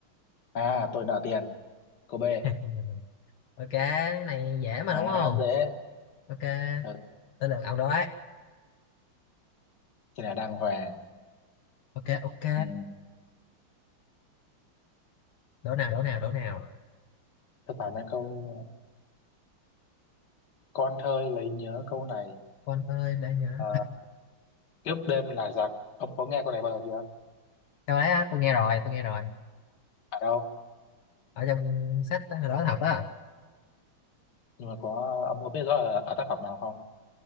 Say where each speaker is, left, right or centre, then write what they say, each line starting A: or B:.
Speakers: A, on the left; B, on the left.
A: à tôi nợ tiền cô B
B: <laughs> ok cái này dễ mà
A: quá
B: đúng không
A: dễ
B: ok
A: ừ,
B: tới lượt ông đó ấy
A: thế là đang hòa
B: ok ok
A: ừ,
B: đổ nào đổ nào đổ nào
A: tôi bảo mấy câu con thơi lấy nhớ câu này
B: con ơi để nhớ
A: Ờ, kiếp đêm là giặc ông có nghe câu này bao giờ chưa
B: <laughs> câu đấy á, tôi nghe rồi tôi nghe rồi
A: ở đâu
B: ở trong sách đó, hồi đó học đó
A: nhưng mà có ông có biết rõ là ở tác phẩm nào không